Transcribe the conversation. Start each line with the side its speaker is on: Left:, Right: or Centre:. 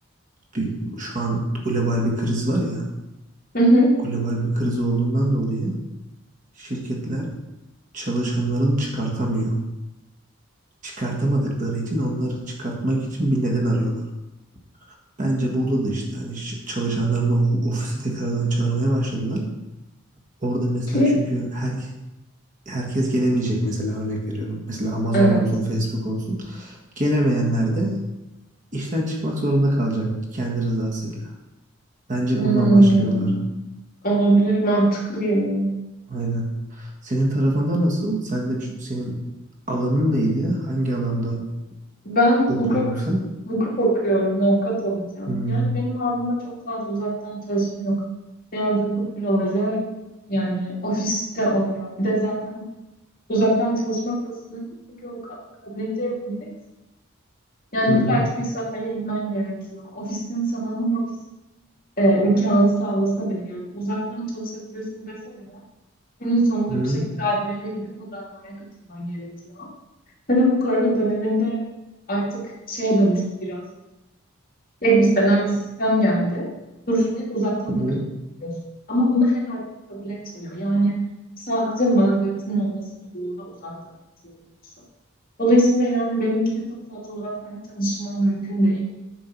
Right: Bir, şu an global bir kriz var ya,
Left: Hı hı.
Right: global bir kriz olduğundan dolayı şirketler çalışanlarını çıkartamıyor. Çıkartamadıkları için onları çıkartmak için bir neden arıyorlar. Bence burada da işte hani ş- çalışanlarını o- ofise tekrardan çağırmaya başladılar. Orada mesela
Left: Ki
Right: çünkü her herkes gelemeyecek mesela örnek veriyorum. Mesela Amazon
Left: evet.
Right: olsun, Facebook olsun. Gelemeyenler de işten çıkmak zorunda kalacak kendi rızasıyla. Bence
Left: Hmm,
Right: bunu amaçlıyorlar.
Left: olabilir, mantıklı geliyor.
Right: Aynen. Senin tarafında nasıl? Sen de şu- senin alanın neydi? Hangi alanda
Left: Ben
Right: okuyordun
Left: hukuk
Right: sen?
Left: hukuk okuyorum, avukat olacağım.
Right: Hmm.
Left: Yani benim aldığımda çok fazla uzaktan çalışma yok. Genelde hukuk büroları yani ofiste oluyor. Bir de zaten uzaktan çalışmak da sınırlı çünkü avukatlık adliyede yapıldıyız. Yani
Right: Hı hı.
Left: illaki bir sahaya inmen gerekiyor. Ofisin sana home office e, imkanı sağlasa bile yani uzaktan çalışabilirsin dese bile günün sonunda
Right: Hı hı.
Left: bir şekilde adliyeye gidip o davaya katılman gerekiyor. Tabii bu korona döneminde artık şeye dönüştü biraz. Tek biz bir sistem geldi. Duruşmayı uzaktan
Right: Hı
Left: da
Right: hı.
Left: katılıyorsun. Ama bunu herhalde kabul etmiyor. Yani sadece mazeretinin olması durumunda uzaktan katılabiliyorsun. Dolayısıyla yani benimki de çok fazla uzaktan çalışma mümkün değil.